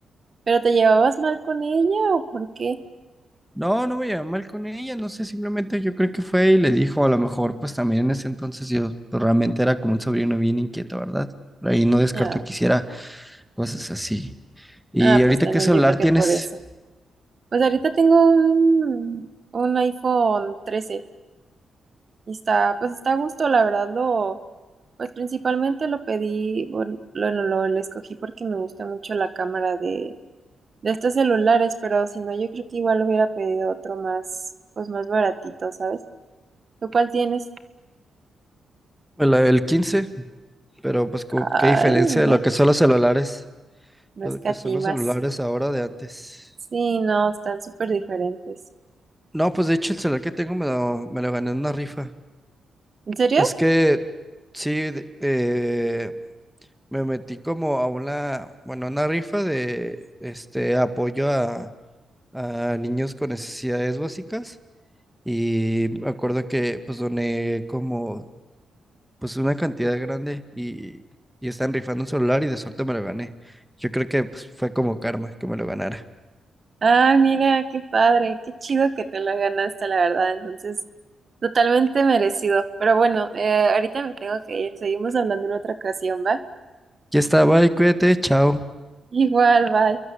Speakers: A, on the right; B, in the centre.
A: ¿Pero te llevabas mal con ella o por qué?
B: No, no me llevé mal con ella, no sé, simplemente yo creo que fue y le dijo, a lo mejor, pues también en ese entonces yo pues, realmente era como un sobrino bien inquieto, ¿verdad? Por ahí no descarto
A: Ah,
B: que hiciera cosas así. ¿Y
A: ah,
B: ahorita
A: pues también
B: qué celular
A: yo creo que
B: tienes?
A: por eso. Pues ahorita tengo un, un iPhone trece y está, pues está a gusto, la verdad, lo... Pues principalmente lo pedí, bueno, lo, lo, lo- lo escogí porque me gusta mucho la cámara de, de estos celulares, pero si no, yo creo que igual hubiera pedido otro más, pues más baratito, ¿sabes? ¿Tú cuál tienes?
B: El, el quince Pero pues como-
A: Ay,
B: qué diferencia
A: mira,
B: de lo que son los celulares,
A: no
B: lo
A: escatimas.
B: que son los celulares ahora de antes.
A: Sí, no, están súper diferentes.
B: No, pues de hecho el celular que tengo me lo, me lo gané en una rifa.
A: ¿En serio?
B: Es que sí, de- eh, me metí como a una, bueno, una rifa de este apoyo a, a niños con necesidades básicas. Y me acuerdo que pues doné como pues una cantidad grande y, y están rifando un celular y de suerte me lo gané. Yo creo que pues, fue como karma que me lo ganara.
A: Ah, mira, qué padre, qué chido que te la ganaste, la verdad. Entonces, totalmente merecido. Pero bueno, eh, ahorita me tengo que ir. Seguimos hablando en otra ocasión, ¿va?
B: Ya está, bye, cuídate, chao.
A: Igual, bye.